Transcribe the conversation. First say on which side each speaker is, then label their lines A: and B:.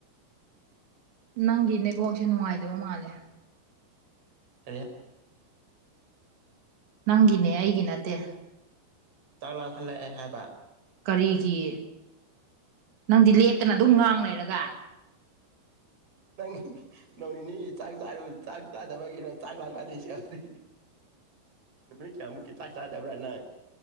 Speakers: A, on the right; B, on the right.
A: ꯅꯪꯒꯤ ꯅꯦꯠꯋꯥꯛꯁꯦ ꯅꯨꯡꯉꯥꯏꯗꯕ ꯃꯥꯜꯂꯦ
B: ꯀꯔꯤ
A: ꯅꯪꯒꯤꯅꯦ ꯑꯩꯒꯤ ꯅꯠꯇꯦ
B: ꯆꯥꯛ ꯂꯥꯡꯈꯠꯂꯛꯑꯦ ꯍꯥꯏꯕ
A: ꯀꯔꯤꯒꯤ ꯅꯪꯗꯤ ꯂꯦꯞꯇꯅ ꯑꯗꯨꯝ ꯉꯥꯡ ꯂꯩꯔꯒ
B: ꯅꯪ ꯅꯣꯡ ꯅꯤꯅꯤꯒꯤ ꯆꯥꯛ ꯆꯥꯔꯨ ꯆꯥꯛ ꯆꯥꯗꯕꯒꯤꯔꯣ ꯆꯥꯛ ꯂꯥꯝꯈꯠꯂꯤꯁꯦ ꯗꯤ ꯅꯨꯃꯤꯠ ꯀꯌꯥꯃꯨꯛꯀꯤ ꯆꯥꯛ ꯆꯥꯗꯕ꯭ꯔꯥ ꯅꯪ